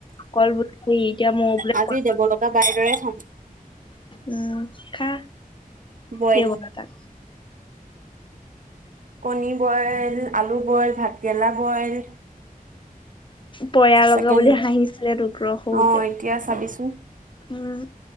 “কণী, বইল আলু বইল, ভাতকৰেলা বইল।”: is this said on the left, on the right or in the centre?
Right